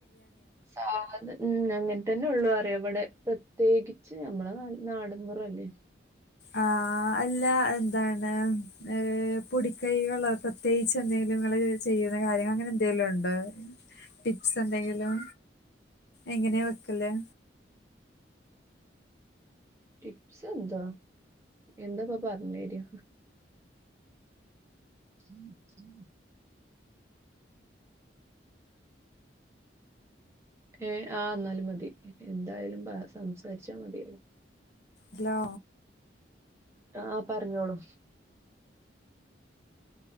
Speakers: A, on the right; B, on the left.
A: സാധ് ഉം അങ്ങനെ തന്നെ ഒള്ളൂ അറിയ ഇവടെ പ്രത്യേകിച്ച് നമ്മളെ ന നാട്പുറല്ലേ
B: ആ ആ അല്ല എന്താണ് ഏ പൊടിക്കൈകളോ പ്രത്യേയിച്ച് എന്തെലും ഇങ്ങള് ചെയ്യ് ചെയ്യുന്ന കാര്യങ്ങള് അങ്ങനെ എന്തേലുണ്ടോ ടിപ്സ് എന്തെങ്കിലും എങ്ങനെ വെക്കല്
A: ടിപ്സ് എന്താ എന്താപ്പ പറഞ്ഞേരാ ഉം ഉം ഏ ആ ഇന്നാലും മതി എന്തായാലും പ സംസാരിച്ചാ മതിയല്ലോ
B: ഹലോ
A: ആ പറഞ്ഞോളൂ